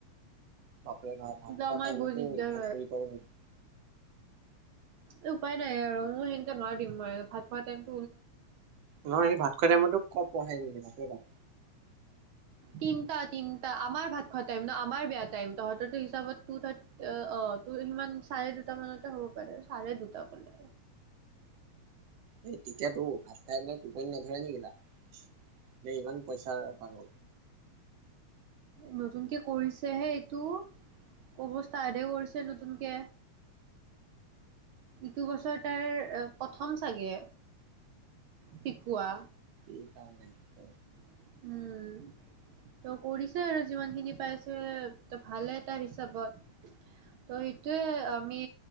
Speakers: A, on the right; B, on the right.
A: বাপ ভাত ভাত
B: কিন্তু
A: খোৱা
B: আমাৰ
A: টাইমতো
B: বহুত দিগদাৰ
A: ইমান হেৰি কৰে নেকি?
B: এই উপায় নাই আৰু। মই সেনেকে নোৱাৰ দিম ম ভাত খোৱা টাইম
A: ন সেই ভাত খোৱা টাইমতো কত পাই নেকি ভাত।
B: তিনটা তিনটা আমাৰ ভাত খোৱা টাইম ন', আমাৰ বেয়া টাইম, তহতৰ হিচাপত টো থাৰ অ তোৰ ইমান চাৰে দুটামানতে হব। পাৰে চাৰে দুটা বলে।
A: এই তেতিয়াতো ভাত খাই পেলাই টোপনি নধৰে নেকি তা ইমান পইচা পাল
B: নতুনকে কৰিছেহে এইটো, কব ষ্টাৰ্ডে কৰিছে নতুনকে, ইটো বছৰ তাৰ প্ৰথম চাগে, শিকোৱা।
A: ক <inaudible>
B: উম ত কৰিছে আৰু যিমানখিনি পাইছে ত ভালে তাৰ হিচাপত ত সেইটোয়ে আমি